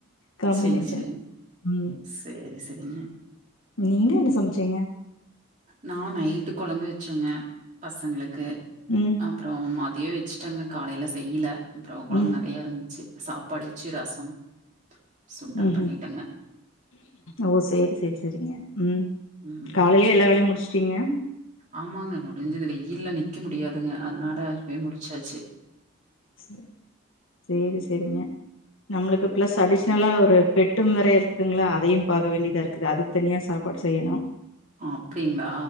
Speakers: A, on the left; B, on the right.
A: காம்பினேஷன்
B: செரி செரி
A: உம்
B: செரி செரிங்க
A: நீங்க என்ன சமைச்சீங்க.
B: நா நைட்டு குழம்பு வச்சேங்க. பசங்களுக்கு
A: ம்
B: அப்புறோ மாத். என்னத்தியோ வச்சுட்டாங்க காலையில செய்யல்ல. அப்புறோ குழம்பு
A: ம்
B: நறைய இருந்துச்சு சாப்பாடு வச்சு ரசம். சுண்டல்
A: உஹம்
B: பண்ணிட்டேங்க
A: ஓ சேரி சேரி சேரிங்க உம். உம்
B: ம்
A: காலையிலயே எல்லா வேலையும் முடிச்சு. சரிங்க.
B: ஆமாங்க முடிஞ்சதுல வெயில்ல நிக்க முடியாது. அதனாலவே முடுச்சாச்சு.
A: சீசேர். சேரி சேரிங்க நம்மளுக்கு பிளஸ் அடிஷ். னல்லா ஒரு பெட்டும் வேற இருக்குதுங்களா அதையும் பாக்க வேண்டியதாருக். கு அதுக்கு தனியா சாப்பாடு செய்யணு.
B: அப்டிங்களா?